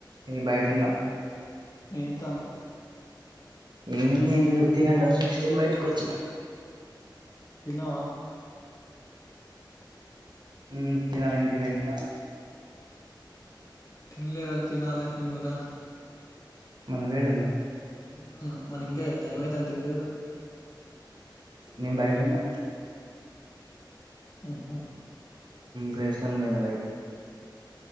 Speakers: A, on the right; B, on the left.
A: నేను బయట ఉన్న
B: ఏ తను
A: ఏ నే తినట్లుసని బయటకు వచ్చినా
B: తిన్నావా
A: ఊ తినాలి ఇంటికి పోయి నువ్వు తిన్నావా
B: <unintelligible>
A: మల్ల నువ్వు యాడున్నావ్
B: నేను ఇంట్లో ఉన్న మరి ఇంకేం టైం అయితాంది తినలేదు
A: నేను బయట ఉన్న
B: ఆహా
A: ఫ్రెండ్స్ తోని పోయిన బయటిక్